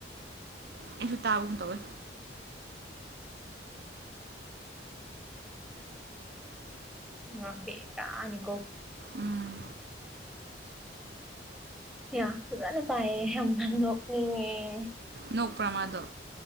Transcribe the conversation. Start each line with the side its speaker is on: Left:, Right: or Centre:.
Right: ꯑꯩꯁꯨ ꯇꯥꯕꯒꯨꯝ ꯇꯧꯋꯦ
Centre: ꯉ ꯕꯦ ꯇꯥꯅꯤꯀꯣ
Right: ꯎꯝ
Centre: ꯌꯥꯖꯅ ꯇꯥꯏꯝꯕꯅꯤ
Right: ꯅꯣꯛꯄ꯭ꯔꯃꯥꯗꯣ